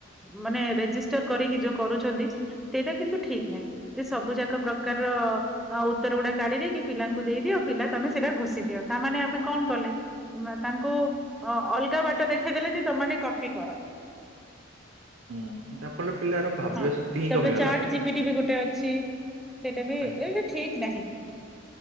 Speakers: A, in the centre; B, on the right.
A: ମାନେ, ରେଜିଷ୍ଟର କରିକି ଯୋଉ କରୁଛନ୍ତି। ସେଇଟା କିନ୍ତୁ ଠିକ ନାହିଁ। ଯେ ସବୁ ଯାକ ପ୍ରକାରର ହଁ ଉତ୍ତର ଗୁଡା କାଢି ଦେଇକି ପିଲାଙ୍କୁ ଦେଇଦିଅ ପିଲା ତମେ ସେଇଟା ଘୋଷି ଦିଅ ତାମାନେେ ଆମେ କଣ କଲେ। ତାଙ୍କୁ ଅ ଅଲଗା ବାଟ ଦେଖେଇଦେଲେ ଯେ, ତମେ ମାନେ କପି କର।
B: <inaudible> ଭାବିବା
A: ହଁ,
B: ଶକ୍ତି ହିଁ
A: ତାପରେ
B: କମିଗଲା
A: ଚ୍ୟାଟ୍ ଜିପିଟି ବି ଗୋଟେ ଅଛି। ସେଇଟା ବି
B: ଆଜ୍ଞା।
A: ଏବେ ଠିକ୍ ନାହିଁ।